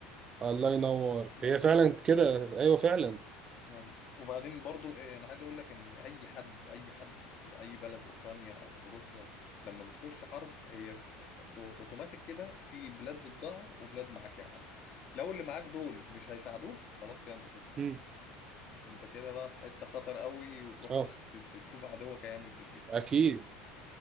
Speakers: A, on the right; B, on the left.
A: الله ينور
B: احنا
A: هي
B: بنعمل
A: فعلا كده ايوه فعلا
B: يعني وبعدين برضو آه، انا عايز اقول لك ان اي حد اي حد آه، اي بلد اوكرانيا او روسيا لما بتخش حرب هي آه، اوتوماتيك كده في بلاد ضدها وبلاد معاك يا معلم لو اللي معاك دول مش هيساعدوك خلاص كده انت شكرا
A: مم.
B: انت كده بقى في حتة خطر قوي وتروح
A: اه
B: بقى ت- ت- تشوف عدوك هيعمل فيك ايه
A: اكيد